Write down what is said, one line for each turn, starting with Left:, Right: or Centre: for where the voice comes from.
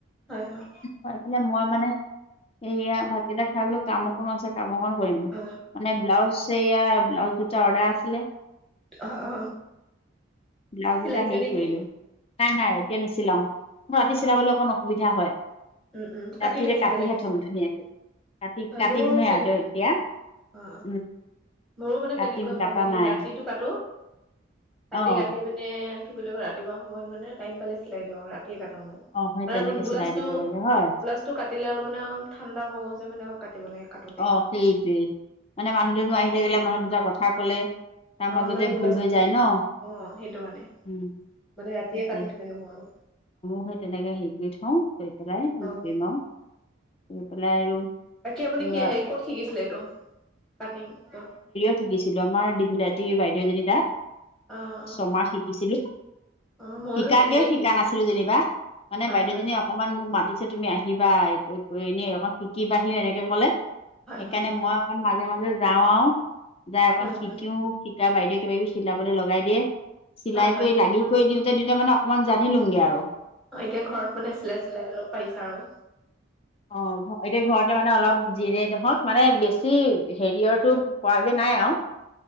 Centre: হয়-হয়।
Left: হয়, এইফালে মই মানে, সেয়া ভাতকেইটা খাই বোলো, কাম অকণনো আছে। কামঅকণ নো কৰিম।
Centre: অ
Left: মানে ব্লাউজ সেইয়া ব্লাউজ দুটা অৰ্ডাৰ আছিলে।
Centre: অ অ
Left: ব্লাউজ
Centre: চিলাইছে
Left: দুটা হেৰি
Centre: নে
Left: কৰিলো।
Centre: কি
Left: নাই- নাই এতিয়া নিচিলাও। মোৰ ৰাতি
Centre: অ
Left: চিলাবলৈ অকণ অসুবিধা হয়।
Centre: উম- উম,
Left: ৰাতি
Centre: কাটি
Left: এতিয়া
Centre: থৈছ
Left: কাটিহে
Centre: মানে?
Left: থ'ম ধুনীয়াকে কাটি
Centre: হয়
Left: কাটিমহে
Centre: মোৰ তেনে
Left: আৰু এতিয়া
Centre: অ,
Left: উম
Centre: মোৰো মানে
Left: কাটিম
Centre: তেনেকুৱা হয়।
Left: কাটা
Centre: মানে
Left: নাই
Centre: ৰাতিটো কা, ৰাতি
Left: অ
Centre: কাটি মানে কি বুলি কয়, ৰাতিপুৱা সময়ত মানে টাইম পালে চিলাই দিওঁ। ৰাতিয়ে কটো মই।
Left: অ সেই তেনেকে
Centre: মানে ব্লাউজটো
Left: চিলাই দিব লাগে হয়।
Centre: ব্লাউজটো কাটিলে অলপ মানে ঠাণ্ডা মগজে মানে অলপ কাটিব লাগে। কাটোতে
Left: অ সেইটোৱেই। মানে মানুহ দুনোহ আহি থাকিলে মানুহ দুটা কথা ক'লে। তাৰ
Centre: অ
Left: মাজতে
Centre: মানে ব্লাউজটো
Left: ভুল হৈ যায় ন?
Centre: অ', সেইটো কাৰণে।
Left: উম।
Centre: মানে ৰাতিয়ে
Left: সেইটোৱে
Centre: কাটি থৈ দি মই আৰু।
Left: সেই তেনেকে শিকি থওঁ। গৈ পেলাই শিকিমও
Centre: অ',
Left: গৈ পেলাই আৰু।
Centre: বাকি আপুনি
Left: এয়া
Centre: কি ক'ত শিকিছিলে এইটো কাটিং টো?
Left: শিকিছিলোঁ আমাৰ দীঘলাতিৰ বাইদেউজনী তাত
Centre: অ', অ',
Left: ছমাহ শিকিছিলোঁ।
Centre: অ', ময়ো
Left: শিকাকেও
Centre: তেনেকেই
Left: শিকা
Centre: শিকিছোঁ।
Left: নাছিলোঁ যেনিবা মানে
Centre: হয়,
Left: বাইদেউজনী।
Centre: হয়,
Left: অকমান মোক মাতিছে তুমি আহিবা এনেই অক শিকিবাহিও এনেকে ক'লে।
Centre: হয়,
Left: সেইকাৰণে
Centre: হয়,
Left: মই অকণ মাজে মাজে যাওঁ আৰু যাই অকণ
Centre: হয়,
Left: শিকোও।।
Centre: হয়,
Left: তেতিয়া বাইদেউৱে কিবাকিবি চিলাবলৈ লগাই দিয়ে চিলাই
Centre: হয়, হয়।
Left: কৰি লাগি। থৈ দিওঁতে দিওঁতে মানে অকনমান জানিলোগে আৰু।
Centre: অ এতিয়া ঘৰত মানে চিলাই, চিলাই পাৰিছা আৰু।
Left: অ এতিয়া ঘৰতে মানে অলপ যিয়ে নহক মানে বেছি হেৰিয়ৰটো পোৱাগে নাই আৰু।